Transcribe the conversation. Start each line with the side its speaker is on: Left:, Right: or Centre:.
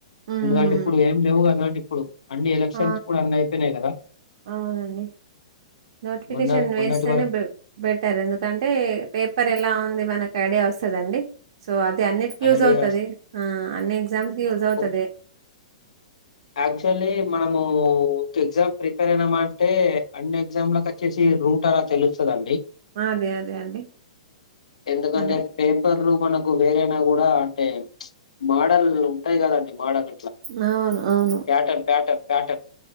Right: హ్మ్.
Left: ఎందుకంటే ఇప్పుడు ఏం లేవు గదంటే ఇప్పుడు అన్నీ ఎలక్షన్స్
Right: ఆ!
Left: కుడా అన్నీ అయిపైనాయ్ గదా
Right: అవునండి. నోటిఫికేషన్
Left: మొన్న మొన్నటి
Right: వేస్తేనే
Left: వరకు
Right: బె బెట్ టర్ ఎందుకంటే పేపర్ ఎలా ఉంది మనకి ఐడియా వస్తదండి సో అది అన్నిటికి యూజ్
Left: ఐడియాస్
Right: అవుతది అన్ని ఎగ్జామ్స్కి యూజ్ అవుతది
Left: ఒక్ యాక్చువల్లీ మనము ఒక ఎగ్జామ్ ప్రిపేర్ అయినామ అంటే అన్ని ఎగ్జామ్ల కచ్చేసి రూట్ అలా తెలుస్తదండి
Right: అదే. అదే అండి.
Left: ఎందుకంటే
Right: అదే.
Left: పేపర్లు మనకు వేరైనా గూడా అంటే మాడల్ ఉంటాయి కదండి మాడల్
Right: అవును అవును
Left: ప్యాటన్ ప్యాటన్ ప్యాటన్